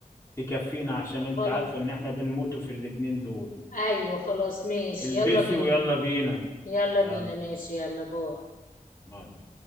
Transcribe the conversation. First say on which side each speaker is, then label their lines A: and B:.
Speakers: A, on the left (about 20°); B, on the left (about 70°).
A: تكفينا عشان انت
B: خلاص
A: عارفة ان احنا بنموتوا في الاتنين دول
B: ايوه خلاص ماشي
A: البسي
B: يلا بينا
A: ويلا بينا
B: يلا
A: يلا
B: بينا ماشي يلا باي
A: باي